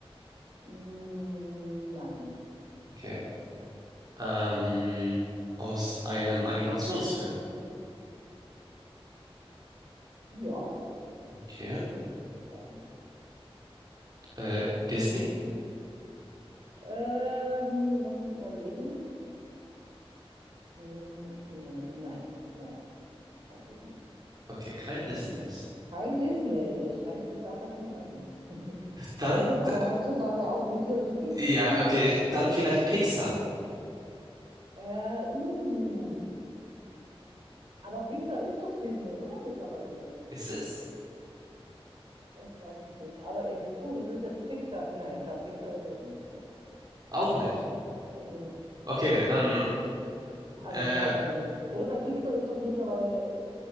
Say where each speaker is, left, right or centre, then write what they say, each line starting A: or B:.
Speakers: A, on the right; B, on the right.
A: mm, nein.
B: Okay. Ähm, aus einem Animationsfilm?
A: Ja,
B: Okay.
A: würde ich so sagen, genau.
B: Äh, Disney?
A: Ähm, lass mich überlegen. Mm, ne- nein, nein, kein Disney.
B: Okay, kein Disney ist.
A: Kein Disney, das schränkt die Sache schon ein. <laughs>
B: Dann,
A: Ja gut, aber
B: d-
A: heutzutage auch <laughs> wieder nicht.
B: ja, okay, <laughs> dann vielleicht Pixar.
A: Äh, uh. Aber Pixar ist doch Disney, oder? Mittlerweile.
B: Ist es?
A: Ich weiß es nicht. Aber äh, puh, ist es jetzt Pixar? Nein, ich glaube, Pixar ist es nicht. Nee.
B: Auch nicht.
A: Mhm.
B: Okay, dann
A: Also
B: äh,
A: ich glaube nicht. Oder bei Pixar ist doch mittlerweile